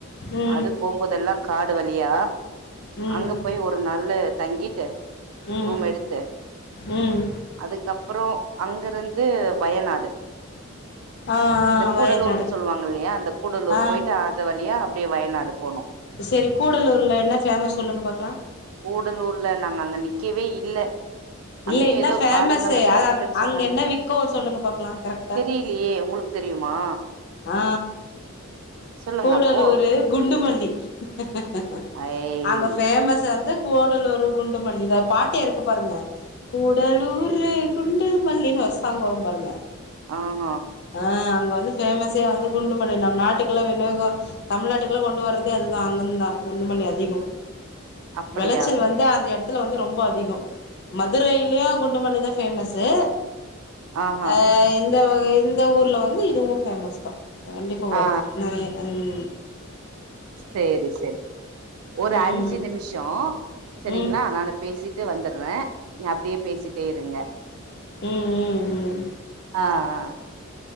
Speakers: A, on the left; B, on the right.
A: ம்
B: அது போம்போதெல்லா காடு வழியா
A: ம்
B: அங்க போய் ஒரு நல்ல தங்கிட்டு
A: ம்
B: ரூம் எடுத்து
A: ம்
B: அதுக்கப் அப்றோ அங்கருந்து வயநாடு
A: ஆ ஆ
B: இந்த கூடலூர்ன்னு
A: வயநாடுக்
B: சொல்லுவாங்க இல்லையா அந்த கூடலூர்
A: அ
B: போயிட்டு அது வழியா அப்டியே வயநாடு போனோ
A: செரி கூடலூர்ல என்ன ஃபேமஸ் சொல்லுங்க பாக்கலா
B: கூடலூர்ல நாங்க அங்க நிக்கவே இல்ல அங்கயு
A: இல்ல என்ன
B: ஏதோ
A: ஃபேமஸ்
B: காடுங்கள்லதா
A: அது
B: இருக்குன்னு
A: <unintelligible> அங்க
B: சொன்னாங்க
A: என்ன வி்க்கு சொல்லுங்க பாக்கலா கரெக்ட்டா
B: தெரியலையே உங்களுக்கு தெரியுமா?
A: ஆ
B: சொல்லுங்க
A: கூடலூரு
B: அப்போ
A: குண்டுமல்லி லி
B: ஐய்
A: அங்க ஃபேமஸ் வந்து கூடலூரு குண்டுமல்லி தா பாட்டே இருக்கு பாருங்க கூடலூரு குண்டுமல்லின்னு ஒரு சாங் வரு பாருங்க
B: ஆஹ
A: ஆ அங்க வந்து ஃபேமஸ்ஸே வந்து குண்டுமல்லி நம் நாட்டுக் குலா வினோக தமிழ்நாட்டுக்குள்ள கொண்டு வர்றதே அதுதா அங்கர்ந்து தா குண்டுமல்லி அதிக
B: அப்படியா
A: வெளச்சல் வந்து அந்த எடத்துக் தில வந்து ரொம்ப அதிகோ மதுரைலையோ குண்டுமல்லி தா ஃபேமஸ்ஸு
B: ஆஹா
A: ஆ இந்த வகை இந்த ஊர்ல வந்து இதுவு ஃபேமஸ் தா கண்டிப்பா வருது
B: ஆ
A: அம்
B: சேரி செரி ஒரு
A: ம்
B: அஞ்சு நிமிஷோ செரிங்களா
A: ம்
B: நானு இத பேசிட்டு வந்துற நீ அப்டியே பேசிட்டேயிருங்க
A: ம் ம் ம்
B: ஆ ஆ